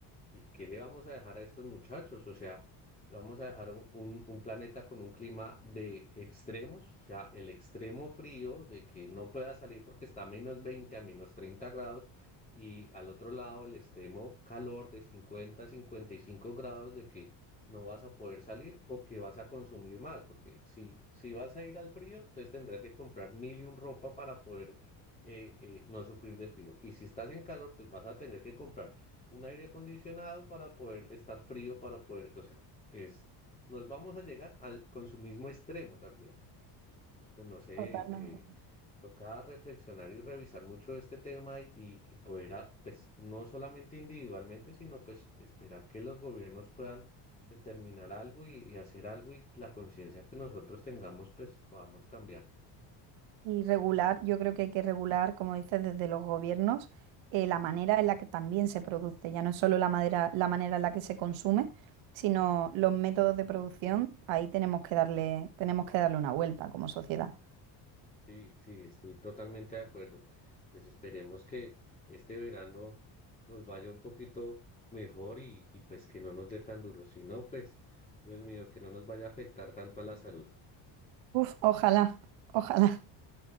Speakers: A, on the left (about 15°); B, on the right (about 80°).
A: ¿Y qué le vamos a dejar a estos muchachos? O sea, le vamos a dejar un, un- un planeta con un clima de extremos, o sea, el extremo frío de que no pueda salir porque está a menos 20 a menos 30 grados, y al otro lado el extremo calor de 50 a 55 grados de que no vas a poder salir o que vas a consumir más, porque si, si vas a ir al frío, entonces tendrás que comprar mil y un ropa para poder eh, eh, no sufrir de frío. Y si estás en calor, pues vas a tener que comprar un aire acondicionado para poder estar frío, para poder, o sea, es, nos vamos a llegar al consumismo extremo también. Entonces, pues no sé,
B: Totalmente.
A: eh, toca reflexionar y revisar mucho este tema y, y- y poder, a- pues no solamente individualmente, sino pues esperar que los gobiernos puedan determinar algo y, y hacer algo y la conciencia que nosotros tengamos, pues podamos cambiar.
B: Y regular, yo creo que hay que regular, como dices, desde los gobiernos, eh, la manera en la que también se produce. Ya no es solo la madera, la manera en la que se consume, sino los métodos de producción. Ahí tenemos que darle, tenemos que darle una vuelta como sociedad.
A: Sí, sí, estoy totalmente de acuerdo. Pues esperemos que este verano nos vaya un poquito mejor y, y pues que no nos dé tan duro. Si no, pues, Dios mío, que no nos vaya a afectar tanto a la salud.
B: Uf, ojalá, ojalá.